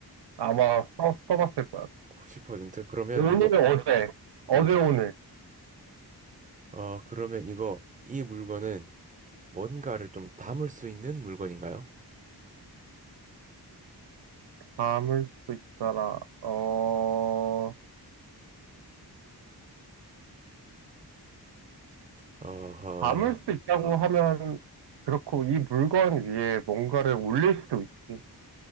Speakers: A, on the right; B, on the right.
A: 아마 써, 써봤을 거야
B: 90%? 그러면
A: 오늘
B: 이거,
A: 어제 어제
B: 음,
A: 오늘
B: 어, 그러면 이거, 이 물건은 뭔가를 좀 담을 수 있는 물건인가요?
A: 담을 수 있더라 어
B: 어허,
A: 담을 수 있다고 하면 그렇고 이 물건 위에 뭔가를 올릴 수도 있지.